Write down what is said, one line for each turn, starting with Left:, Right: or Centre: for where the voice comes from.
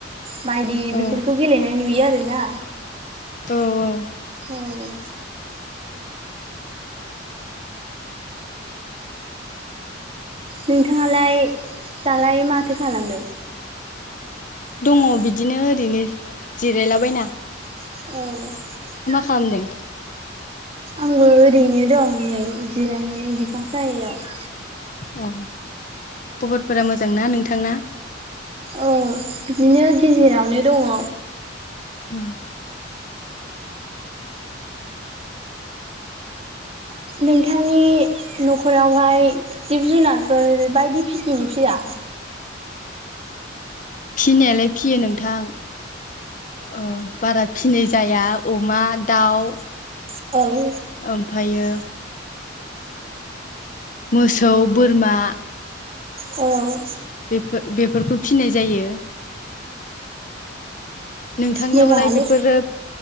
Right: बायदि
Left: औ
Right: बेफोरखौ गेलेनाय नुयो आरोना।
Left: औ औ।
Right: औ नोंथाङालाय दालाय माथो खालामदों?
Left: दङ बिदिनो ओरैनो जिरायलाबायना।
Right: औ
Left: खामदों?
Right: आंबो ओरैनो दं नै जिरायनानै बिफां सायायाव।
Left: अ खबरफोरा मोजांना नोंथांना?
Right: औ बिदिनो गेजेरावनो दङ।
Left: उम
Right: नोंथांनि न'खरावहाय जिब जुनारफोर बायदि फिसिनि फिया
Left: <inaudible> फिनायालाय फियो नोंथां ओ बारा फिनाय जाया अमा दाउ
Right: उम
Left: ओमफायो मोसौ बोरमा
Right: औ
Left: बेफो बेफोरखौ फिनाय जायो। नोंथांनियावलाय
Right: मोजाङानो
Left: बेफोरो